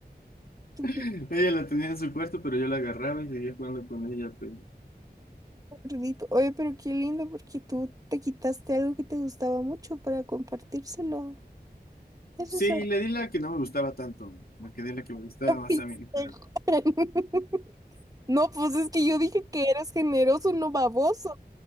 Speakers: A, on the right; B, on the left.
A: Tu
B: <laughs>
A: pico
B: Ella la tenía en su cuarto, pero yo la agarraba y seguía jugando con ella, pero...
A: gordito. Oye, pero qué lindo porque tú te quitaste algo que te gustaba mucho para compartírselo. Eso
B: Sí,
A: es algo
B: le di la que no me gustaba tanto, me quedé la que me gustaba
A: que
B: más
A: me hice.
B: a mí, pero...
A: Juan. <laughs> No, pues es que yo dije que eras generoso, no baboso.